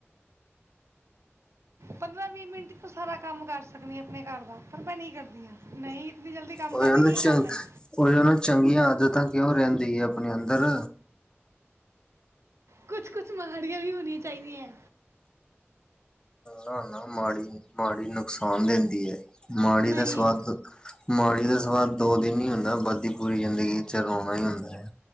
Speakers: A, on the right; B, on the left.
A: ਪੰਦਰਾਂ-ਵੀਹ ਮਿੰਟ ਚ ਤੂੰ ਸਾਰਾ ਕੰਮ ਕਰ ਸਕਦੀ ਹੈ। ਆਪਣੇ ਘਰ ਦਾ, ਪਰ ਮੈਂ ਨਹੀਂ ਕਰਦੀ। ਹਾਂ ਨਹੀਂ ਇਤਨੀ ਜਲਦੀ ਕੰਮ
B: ਉਹੀ
A: ਕਰਕੇ
B: ਆ ਨਾ
A: ਕੀ
B: ਚੰ,
A: ਕਰਨਾ ਹੈ
B: ਉਹੀ ਉਹਨੂੰ ਚੰਗੀਆਂ ਆਦਤਾਂ ਕਿਉਂ ਰਹਿੰਦੀ ਹੈ, ਆਪਣੇ ਅੰਦਰ?
A: ਕੁਛ-ਕੁਛ ਮਾੜੀਆਂ ਵੀ ਹੋਣੀਆਂ ਚਾਹੀਦੀ ਏ।
B: ਨਾ-ਨਾ ਮੀੜੀ ਨੀ। ਮਾੜੀ ਨੁਕਸਾਨ ਦਿੰਦੀ ਹੈ। ਮਾੜੀ
A: ਨਹੀਂ
B: ਦਾ ਸਵਾਦ, ਮਾੜੀ ਦਾ ਉਸ ਤੋਂ ਬਾਅਦ ਦੋ ਦਿਨ ਹੀ ਹੁੰਦਾ, ਵੱਧਦੀ ਪੂਰੀ ਜ਼ਿੰਦਗੀ ਚ ਰੋਉਣਾ ਹੀ ਹੁੰਦਾ ਹੈ।